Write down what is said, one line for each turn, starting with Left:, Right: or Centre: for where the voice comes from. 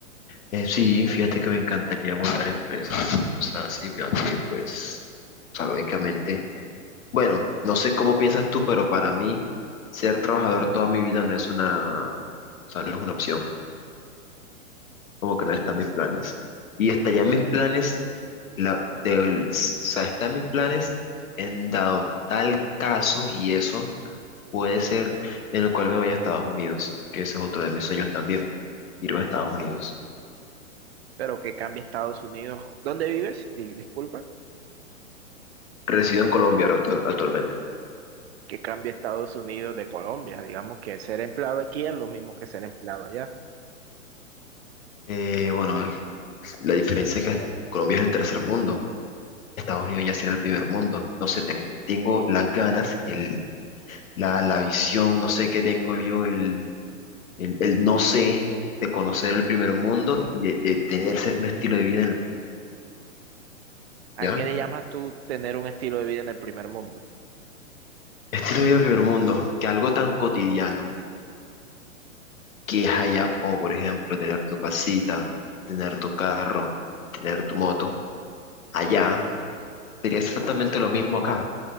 Left: Eh, sí, fíjate que me encantaría montar empresas y cosas así, veo que pues, o sea, lógicamente Bueno, no sé cómo piensas tú, pero para mí ser trabajador toda mi vida no es una, o sea, no es una opción, como que no están mis planes. Y está ya en mis planes, la, del, o sea, está en mis planes en dado tal caso, y eso puede ser en el cual me vaya a Estados Unidos, que ese es otro de mis sueños también, irme a Estados Unidos.
Right: Pero que cambie Estados Unidos. ¿Dónde vives? Di- disculpa.
Left: Resido en Colombia ahora actu- actualmente.
Right: Que cambie Estados Unidos de Colombia. Digamos que ser empleado aquí es lo mismo que ser empleado allá.
Left: Eh, bueno, la diferencia es que Colombia es el tercer mundo. Estados Unidos ya será el primer mundo. No sé, tengo, tengo las ganas, el, la, la visión, no sé qué tengo yo, el, el, el no sé de conocer el primer mundo y de, de tener ese- un estilo de vida en el, pri-
Right: ¿A
Left: ¿ya?
Right: qué le llamas tú tener un estilo de vida en el primer mundo? O
Left: Estilo de vida del primer mundo, que algo tan cotidiano que es allá, como por ejemplo tener tu casita, tener tu carro, tener tu moto, allá sería exactamente lo mismo acá.